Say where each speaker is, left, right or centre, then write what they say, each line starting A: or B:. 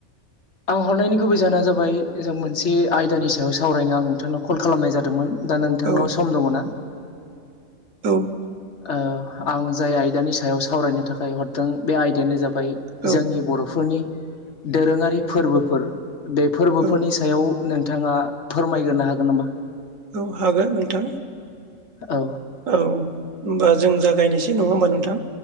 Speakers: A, on the left; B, on the right.
A: आं हरनायनि गुबै जाहोना जाबाय जों मोनसे आयदानि सायाव सावरायनो आं नोंथांनाव कल खालामनाय जादोंमोन दा नोंथांनाव
B: औ
A: सम दङ' ना?
B: औ
A: ओ आं जाय आयदानि सायाव सावरायनो थाखाय हरदों बे आयदायानो जाबा बाय
B: औ
A: जोंनि बर'फोरनि दोरोङारि फोरबोफोर बे फोरबोफोरनि
B: औ
A: सायाव नोंथाङा फोरमायगोरनो हागोन नामा?
B: औ हागोन नोंथां
A: औ
B: औ होमबा जों जागायनिसै नङा होमबा नोंथां